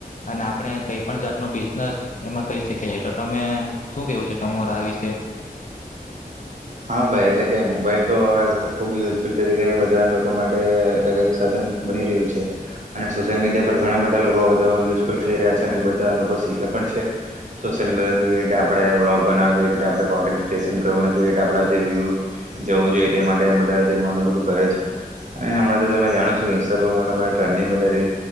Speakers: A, on the left (about 55°); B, on the right (about 50°).
A: અને આપણે કઈ પણ જાતનું બિઝનેસ એમાં કરી શકી છેએ તો તમે શું કેવું છે તમાર આ વિશે
B: હા ભાઈ એટલે કે મોબાઈલ તો હવે ખૂબ યુઝફુલ તરીકે એ બધા લોકો માટે એટલે કઈક સાધન બની રહ્યું છે અને સોશિયલ મીડિયા પર ઘણા બધા લોકોધ યુઝફુલ થઈ રહ્યા છે અને બધા લોકો શીખે પણ છે સોશિલ મીડિયા કેવી રીતે આપણે બ્લોગ બનાવવા કેવી રીતે આપણે કોન્ટેન્ટ ક્રિએશન કરવા કે આપ જે્યુ જવું જોઈએ તે માટે બધાું બધું કરે છે અને હમણાં તમે જાણો છો કે ઇન્સ્ટાગ્રામ બધા ટ્રેન્ડંગ બધા રીલ્